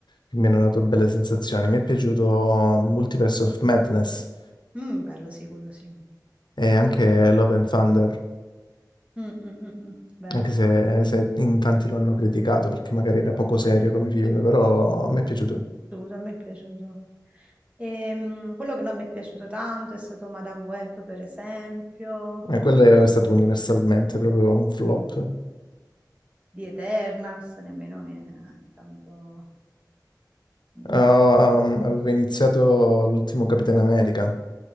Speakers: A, on the left (about 90°); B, on the right (about 15°).
A: che mi hanno dato belle sensazioni. Mi è piaciuto Multiverse of Madness
B: Mm, bello sì, quello sì.
A: e anche Love and Thunder,
B: Mm, mm, mm, mm, vero,
A: anche se, se in tanti lo hanno criticato perché magari era poco serio come film, però mi è piaciuto.
B: assolutamente, a me è piaciuto. Ehm, quello che non mi è piaciuto tanto è stato Madame Web, per esempio.
A: E quello è stato universalmente proprio un flop.
B: di Eternals, nemmeno mi è tanto... mm.
A: Ehm, avevo iniziato l'ultimo Capitan America.